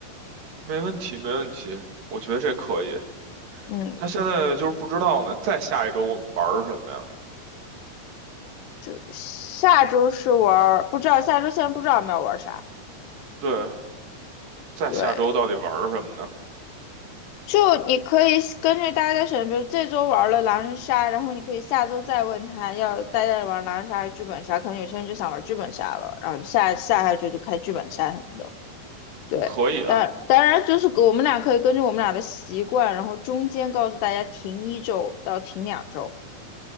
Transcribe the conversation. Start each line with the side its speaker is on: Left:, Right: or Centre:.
Right: 没问题，没问题，我觉得这可以。
Left: 嗯，
Right: 他现在就是不知道呢，再下一周我们玩儿什么呀？
Left: 就下周是玩儿，不知道下周现在不知道我们要玩儿啥。
Right: 对，在下周到底玩儿什么呢？
Left: 对，就你可以根据大家的选，比如这周玩了狼人杀，然后你可以下周再问他要大家玩狼人杀还是剧本杀，可能有些人就想玩剧本杀了，然后下下下周就开剧本杀什么的。对，
Right: 可以啊，
Left: 当当然就是给我们俩可以根据我们俩的习惯，然后中间告诉大家停一周到停两周，